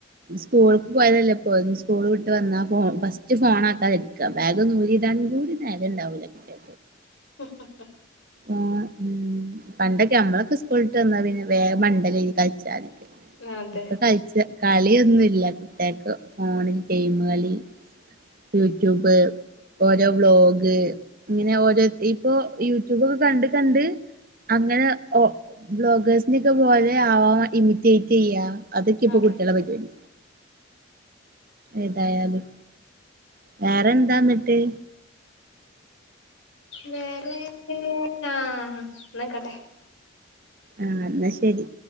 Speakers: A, on the right; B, on the left.
A: സ്കൂളക്ക് പോയതല്ലേ ഇപ്പോ സ്കൂൾ വിട്ട് വന്നാ ഫോൺ ഫസ്റ്റ് ഫോൺ ആക്കാൻ വരും ക്കാ ബാഗൊന്നൂരിടാനും കൂടി നേരണ്ടാവൂല കിട്ടെ
B: ഹ ഹ
A: ആഹ് ഉം പണ്ടൊക്കെ നമ്മളൊക്കെ സ്കൂളിട്ടന്നാ പിന്നെ വേം മണ്ടലേനി കൾച്ചാന്
B: അതെ
A: ഇപ്പൊ കൾച്ച കളിയൊന്നുല്ല കുട്ട്യാക്ക് ഫോണിൽ ഗെയിമ് കളി യൂട്യൂബ് ഓരോ വ്ളോഗ് ഇങ്ങനെ ഓരോ ഇപ്പോ യു ട്യുബൊക്കെ കണ്ട് കണ്ട് അങ്ങനെ ഒ ബ്ലോഗേഴ്സിനൊക്കെ പോലെ ആവാൻ ഇമിറ്റേറ്റെയ്യാ അതൊക്കെപ്പൊ
B: അതെ
A: കുട്ടികള പരിപാടി ഏതായാലും വേറെന്താന്നട്ട്
B: വേറേ ആഹ് ന്നായ്കോട്ടെ
A: ആഹ് ന്ന ശരി